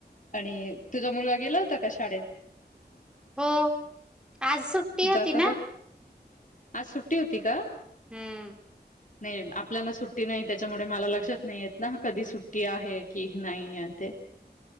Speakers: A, on the left; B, in the centre.
A: आणि तुझा मुलगा गेला होता का शाळेत
B: हो आज होती
A: जात
B: ना
A: का आज सुट्टी होती का
B: हम्म
A: नाही आपल्याला सुट्टी नाही त्याच्यामुळे मला लक्षात नाही येत ना कधी सुट्टी आहे की नाही ते